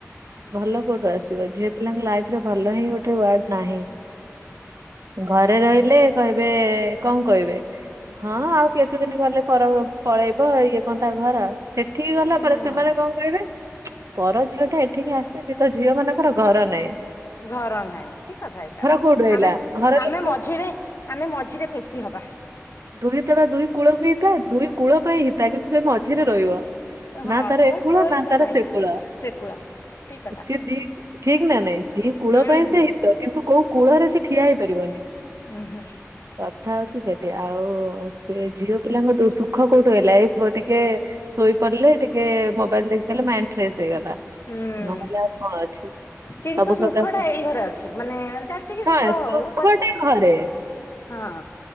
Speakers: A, on the right; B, on the left.
A: ଭଲ କୋଉଠୁ ଆସିବ ଝିଅ ପିଲାଙ୍କ ଲାଇଫରେ ଭଲ ହିଁ ଗୋଟେ ୱାର୍ଡ ନାହିଁ। ଘରେ ରହିଲେ କହିବେ କଣ କହିବେ? ହଁ ଆଉ କେତେ ଦିନି ଗଲେ ପର ଘ ପଳେଇବ ଇଏ କଣ ତା ଘର ଆଉ? ସେଠିକି ଗଲା
B: ହୁଁ
A: ପରେ ସେମାନେ କଣ କହିବେ? ପର ଝିଅ ଟା ଏଠିକି ଆସିଚି ତ ଝିଅ ମାନଙ୍କର ଘର ନାଇଁ।
B: ଘର ନାହିଁ ଠିକ କଥା ଏଇଟା
A: କୋଉଠି ରହିଲା
B: ଆମେ
A: ଘର ଲୋକ
B: ଆମେ ମଝିରେ ଆମେ ମଝିରେ ପେଶି ହବା।
A: ଦୁହିତା ବା ଦୁଇ କୂଳକୁ ହିତା ଦୁଇ କୂଳ ପାଇଁ ହିତା କିନ୍ତୁ ସେ ମଝିରେ ରହିବ।
B: ହଁ
A: ନା ତାର
B: କୋଉ
A: ଏ କୂଳ ନା
B: ହିତ
A: ତାର
B: ନାଇଁ
A: ସେ କୂଳ
B: ସେ କୂଳ ଠିକ କଥା
A: ସିଏ ଦି ଠିକ୍ ନା ନାଇଁ ଦି କୂଳ
B: ହୁଁ
A: ପାଇଁ
B: ହୁଁ।
A: ସେ ହିତ କିନ୍ତୁ କୋଉ କୂଳରେ ସେ ଠିଆ ହେଇପାରିବନି?
B: ଉଁ ହୁଁ
A: କଥା ହଉଚି ସେଠି ଆଉ ଉ ଉ ସେ ଝିଅ ପିଲାଙ୍କ ଦୋ ସୁଖ କୋଉଠୁ ହେଲା ଏଇ ପୁଅ ଟିକେ ଶୋଇପଡ଼ିଲେ ଟିକେ ମୋବାଇଲ୍ ଦେଖିଦେଲେ ମାଇଣ୍ଡ ଫ୍ରେଶ୍ ହେଇଗଲା
B: ଉଁ
A: ନହେଲେ ଆଉ କଣ ଅଛି?
B: କିନ୍ତୁ
A: ସବୁ ପ୍ରକାର
B: ସୁଖ ଟା
A: ସୁ
B: ଏଇ ଘରେ ଅଛି ମାନେ ଯେତିକି
A: ହଁ
B: ସୁଖ ହଉ
A: ସୁଖଟା
B: ପଛେ
A: ଘରେ।
B: ହଁ।